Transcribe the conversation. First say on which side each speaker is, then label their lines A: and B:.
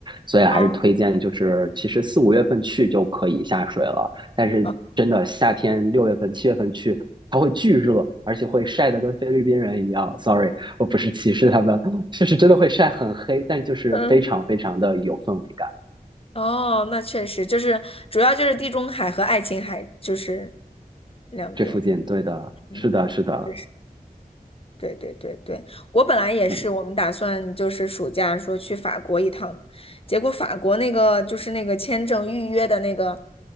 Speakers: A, on the right (about 30°); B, on the left (about 40°).
A: 所以还是推荐就是其实四五月份去就可以下水了。
B: 哦
A: 但是真的夏天六月份、
B: 哦
A: 七月份去，它会巨热，而且会晒得跟菲律宾人一样。Sorry，我不是歧视他们，就是真的会晒很黑，但就是非常非常的有氛围感。
B: 嗯哦，那确实就是主要就是地中海和爱琴海就是两边，
A: 这附近，对的，
B: 嗯，
A: 是的，是的，
B: 对。对对对对，我本来也是，
A: 嗯
B: 我们打算就是暑假说去法国一趟，结果法国那个就是那个签证预约的那个，